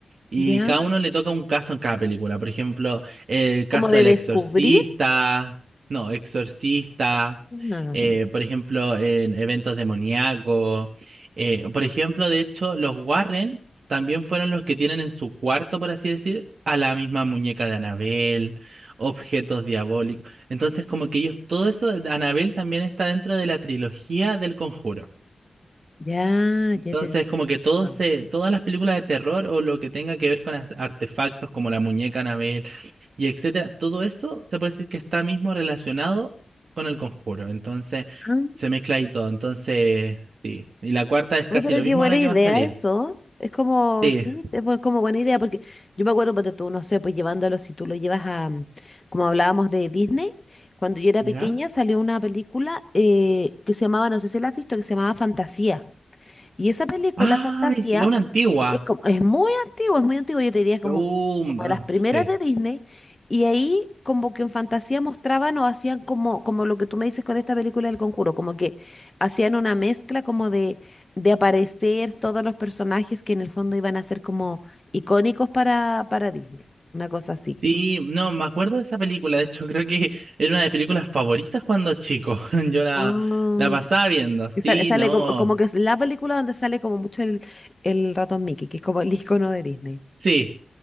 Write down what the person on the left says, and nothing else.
ya,
como
de
descubrir.
Ah.
Ya,
ya te
entiendo.
Ah,
uy,
pero
qué
buena
idea
eso. Es como,
sí, es bu- como buena idea, porque yo me acuerdo, porque tú, no sé, pues llevándolo, si tú lo llevas a, mm, como hablábamos de Disney, cuando yo era
pequeña salió una película eh, que se llamaba, no sé si la has visto, que se llamaba Fantasía. Y esa película,
Fantasía,
Es como, es muy antiguo, es muy antiguo, yo te diría como,
como
de las primeras
de Disney, y ahí como que en fantasía mostraban o hacían como, como lo que tú me dices con esta película del Conjuro, como que hacían una mezcla como de, de aparecer todos los personajes que en el fondo iban a ser como icónicos para, para Disney, una cosa así.
Ah,
Y sale, sale
como, como que es la película donde sale como mucho el, el ratón Mickey, que es como el <laughs> icono de Disney.